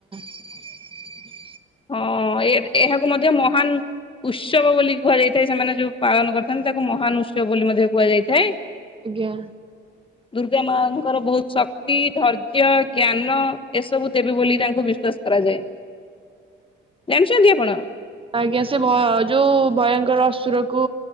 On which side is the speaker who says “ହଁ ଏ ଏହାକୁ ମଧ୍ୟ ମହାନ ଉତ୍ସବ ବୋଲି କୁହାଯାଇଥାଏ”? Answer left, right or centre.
Left